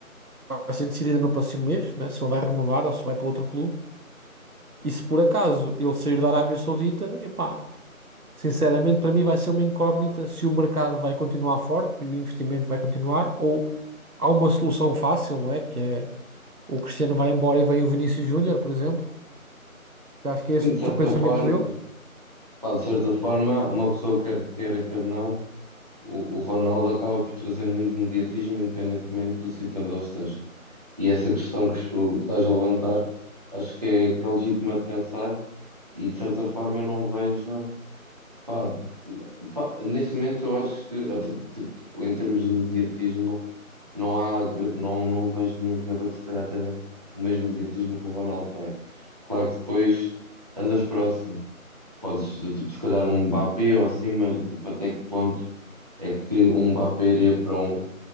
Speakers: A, on the right; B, on the right.
A: Vai ser decidida no próximo mês, né? Se ele vai renovar ou se vai para outro clube. E se por acaso ele sair da Arábia Saudita, epá, sinceramente para mim vai ser uma incógnita se o mercado vai continuar forte e o investimento vai continuar ou há uma solução fácil, não é? Que é o Cristiano vai embora e vem o Vinícius Júnior, por exemplo. Acho que
B: Sim,
A: é esse
B: de certa
A: o pensamento
B: forma,
A: deles.
B: pá, de certa forma, uma pessoa quer queira, quer não. O, o Ronaldo acaba por trazer muito mediatismo, independentemente do sítio onde ele esteja. E essa questão que tu estás a levantar, acho que é, que é legítima de pensar, e de certa forma eu não vejo. Pá, t- pá, neste momento eu acho que, ap- tipo, em termos de mediatismo, não há, gr- não, não vejo nenhum jogador que se calhar tenha o mesmo mediatismo que o Ronaldo tem. Claro que depois andas próximo. Podes, do tipo, se calhar um Mbappé ou assim, mas tipo, até que ponto é que um Mbappé iria para um,